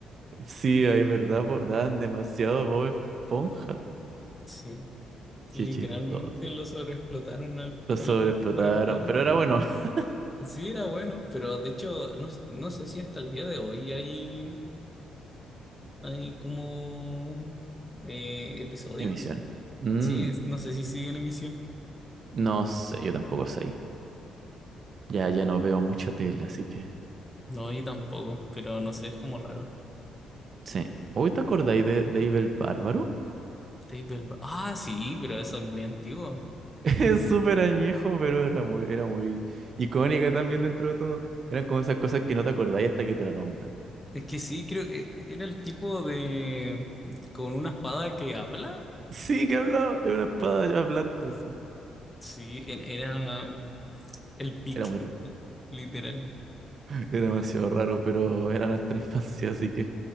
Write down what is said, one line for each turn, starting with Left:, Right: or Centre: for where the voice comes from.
Right: Sí, ahí verdad, po- daban demasiado Bob Esponja.
Left: sí.
Right: Qué
Left: Literalmente
Right: chistoso.
Left: lo sobreexplotaron al,
Right: Lo sobreexplotaron,
Left: a la po- pobre esponja.
Right: pero era bueno. <laughs>
Left: Sí, era bueno, pero de hecho, no, sé- no sé si hasta el día de hoy hay, hay como eh, episodios.
Right: Emisión. Mm,
Left: Sí, es- no sé si sigue en emisión.
Right: no sé, yo tampoco sé ahí. Ya, ya no veo mucha tele, así que.
Left: No, yo tampoco, pero no sé, es como raro.
Right: Sí. ¿Hoy te acordáis de Dave el Bárbaro?
Left: Dave Belva- Ah, sí, pero eso es muy antiguo.
Right: <laughs> Es súper añejo, pero era muy, era muy icónica también dentro de todo. Eran como esas cosas que no te acordáis hasta que te la nombran.
Left: Es que sí, creo que era el tipo de... con una espada que habla.
Right: Sí, que hablaba, era una espada hablante, sí.
Left: Sí, en- era el pic,
Right: Era muy raro.
Left: literal.
Right: <laughs> Era demasiado raro, pero era nuestra infancia, así que